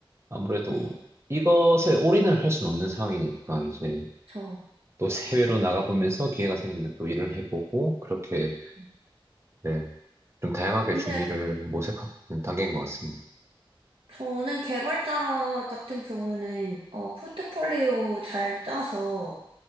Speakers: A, on the right (about 30°); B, on the right (about 75°).
A: 아무래도
B: 네.
A: 이것에 올인을 할 수는 없는 상황이니까 이제
B: 저.
A: 또 해외로 나가보면서 기회가 생기면 또 일을 해보고 그렇게
B: 음.
A: 네, 좀 다양하게
B: 근데
A: 준비를 모색하고 있는 단계인 것 같습니다.
B: 저는 개발자 같은 경우는 어, 포트폴리오 잘 짜서